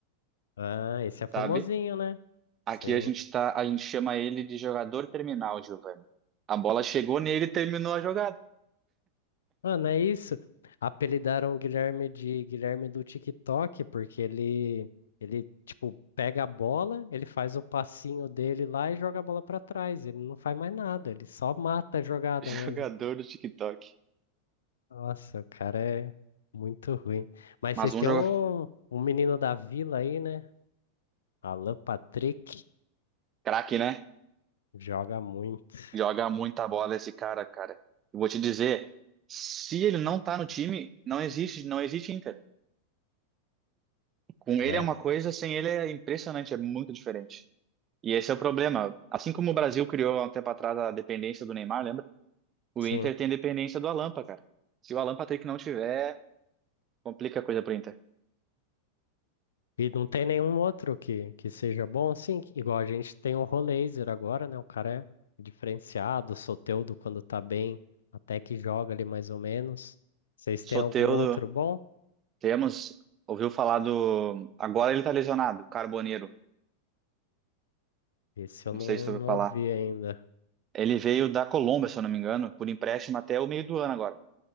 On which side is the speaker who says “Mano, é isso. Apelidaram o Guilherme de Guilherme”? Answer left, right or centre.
Left